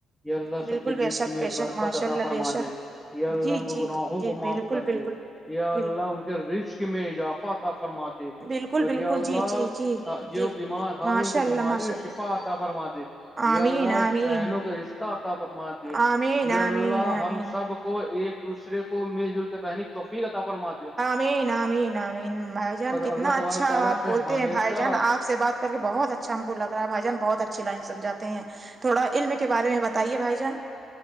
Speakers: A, in the centre; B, on the right.
A: یہ اللہ
B: بالکل
A: سب کے
B: بے
A: دشک
B: شک
A: میں
B: بے
A: برکت
B: شک ماشاء
A: ادا
B: اللہ
A: فرما
B: بے شک
A: دے اللہ
B: جی
A: کے
B: جی
A: گناہوں
B: جی
A: کو معاف
B: بالکل
A: کر
B: بالکل
A: دے اللہ
B: بالکل
A: ان کے رچ کے میں اضافہ تھا فرما اور
B: بالکل بالکل
A: اللہ
B: جی جی جی
A: جو
B: جی
A: بیمار حال
B: ماشاء
A: ہے ان کو
B: اللہ
A: بیماری
B: ماشاء
A: اور
B: اللہ
A: شفا عطا فرمات دی تھ یہ
B: آمین
A: اللہ
B: آمین
A: بہنوں کا حشہ تھا فمان د
B: آمین آمین
A: اللہ
B: آمین
A: ہم سب کو ایک دوسرے کو مل جل کے رہنے کی توفیقتا پرن مات د
B: میں نام نام بھائی جان کتنا
A: اللہ
B: اچھا
A: تبارک تعالی
B: آ
A: سے
B: بولتے
A: ہمیشہ
B: ہیں بھائی جان آپ سے بات کر کے بہت اچھا اچھا ہم کو لگ رہا بھائی جان بہت اچھی لائنمجھات ہیں تھوڑا علم کے بارے میں بتائیے بھائی جان